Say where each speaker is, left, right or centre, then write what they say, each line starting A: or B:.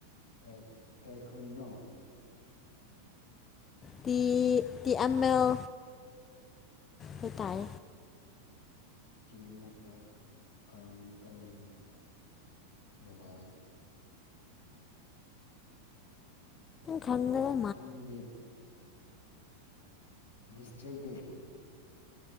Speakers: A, on the left (about 70°); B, on the left (about 25°).
A: ꯀꯩ ꯀꯩ ꯈꯨꯟꯅꯣ
B: ꯇꯤ ꯇꯤ ꯑꯦꯝ ꯑꯦ ꯍꯥꯏ ꯇꯥꯏ
A: ꯇꯤ ꯑꯦꯝ ꯑꯦꯜ ꯀꯩ ꯀꯩ ꯖꯒꯅꯣ
B: ꯈꯪꯗ‌ꯦꯗ
A: ꯈꯪꯗꯦ ꯂꯤꯁꯇ꯭ꯔꯤꯗꯤ